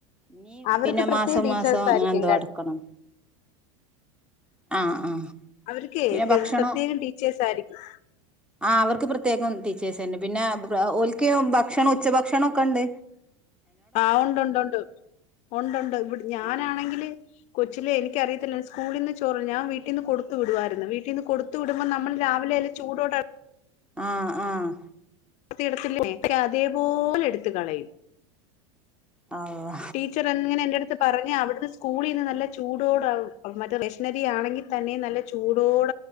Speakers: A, in the centre; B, on the left.
A: ഇനീ
B: അവർക്ക്
A: പിന്നെ
B: പ്രത്യേക
A: മാസം
B: ടീച്ചേഴ്സ്
A: മാസം അങ്ങനെ
B: ആയിരിക്കും
A: എന്തോ അടക്കണം. ആ ആ
B: അവ്ര്ക്കെ
A: പിന്നെ
B: തെര്
A: ഭക്ഷണം
B: പ്രത്യേകം ട്ടീച്ചേഴ്‌സാ യിരിക്കും.
A: ആ അവർക്ക് പ്രത്യേകം ടീച്ച്. സെനെ പിനെ ബ്ര ഓൽക്ക് ഭക്ഷണം ഉച്ച ഭക്ഷണൊക്കെണ്ട്.
B: ആഹ് ഉണ്ട്ണ്ട് ണ്ട് ഉണ്ട് ഉണ്ട് ണ്ട് ഇവിട് ഞാനാണെങ്കില്.
A: ആ
B: കൊച്ചിലെ എനിക്കറിയത്തില്ലാര്ന്ന് സ്കൂളിന്ന് ചോറ് ഞാൻ വീട്ടിന്ന് കൊടുത്തു വിടുവായിരുന്നു വീട്ടീന്ന് കൊടുത്ത്. ത്ത് വിടുമ്പോ നമ്മൾ രാവിലെ ല്ലെ ചൂടോട-
A: ആ ആഹ്
B: ത്തിടത്തില്ലേ ക്കെ അതേപോലെ എട്ത്ത് കളയും.
A: ആഹ
B: ടീച്ചറെൻ ങ്ങനെ എൻ്റെടുത്ത് പറഞ്ഞെ അവിടുന്ന് സ്കൂളിന്ന് ന്നല്ലെ ചൂടോട മറ്റെ റേഷനരി ആണെങ്കിലും. തന്നെ നല്ല ചൂടോട.